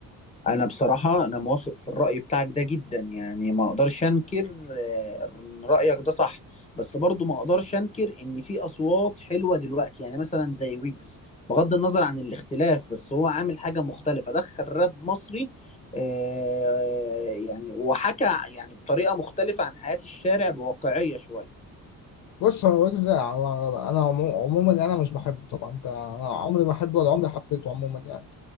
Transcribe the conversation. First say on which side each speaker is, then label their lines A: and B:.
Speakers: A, on the left; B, on the left.
A: انا بصراحة انا موافق في الرأي بتاعك ده جدا يعني ما اقدرش انكر آه، ان رأيك ده صح بس برضو ما اقدرش انكر ان في اصوات حلوة دلوقتي يعني مثلا زي ويجز بغض النظر عن الاختلاف بس هو عامل حاجة مختلفة دخل راب مصري آه، يعني وحكى يعني بطريقة مختلفة عن حياة الشارع بواقعية شوية
B: بص هو ويجز هو- انا عمو- عموما انا مش بحبه طبعا انت انا عمري ما بحبه ولا عمري حبيته عموما يعني